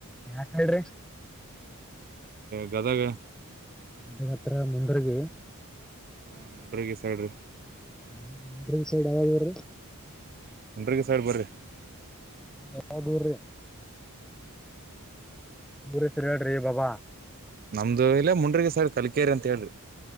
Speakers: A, in the centre; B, on the right.
A: ಯಾಕ್ ಹೇಳ್ರಿ
B: ಕದೇ
A: ಅದತ್ರ ಮುಂಡರ್ಗಿ.
B: ಹಾ ಮುಂಡ್ರಗಿ ಸೈಡ್ ರೀ.
A: ಹ್ಮ ಮುಂಡರ್ಗಿ ಸೈಡ್ ಯಾವ್ ಊರ್ರೀ.
B: ಮುಂಡರ್ಗಿ ಸೈಡ್ ಬರೀ.
A: ಬಾಳ, ದೂರ್, ರೀ.. <inaudible> ಊರ, ಹೆಸರ ಹೇಳ್ರಿ ಬಾಬಾ. <inaudible>
B: ನಮ್ದು, ಇಲ್ಲ ಮುಂಡ್ರಿಗಿ, ಸರ್ ಕಲಿಕೇರಿ, ಅಂತ ಹೇಳ್ರೀ.